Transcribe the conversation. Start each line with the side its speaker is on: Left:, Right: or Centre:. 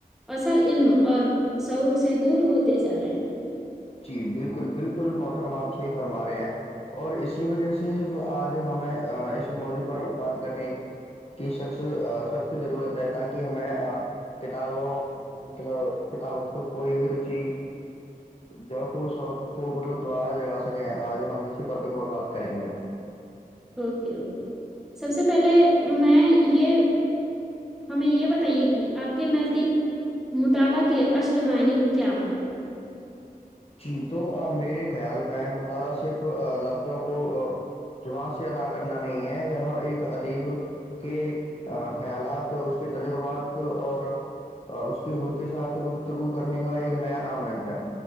Centre: اصل علم اور شور سے دور ہوتے جا رہے ہیں
Left: جی بالکل بالکل محترمہ آپ صحیح فرما رہے ہیں اور اسی وجہ سے جو آج ہمیں اس موضع پر بات کرنے کی سخ سخت ضرورت ہے تاکہ ہمیں کتابوں مطلب کتابوں کا کوئی بھی رچی ج کو شوق کو مطلب دوبارہ جگا سکیں آج ہم اسی ٹاپک اور بات کریں گے میم
Centre: اوکے اوکے سب سے پہلے میں یہ ہمیں یہ بتائیے کہ آپ کے نزدیک مطالعہ کے اصل معنی کیا ہے
Left: جی تو میرے خیال میں مطالعہ صرف لفظوں کو جاں سے ادا کرنا نہیں ہے یہ ایک ادیب کے خیالات اس کے تجربات اور اس کی روح کے ساتھ گفتگو کرنے کا ایک نیا نام ہے میم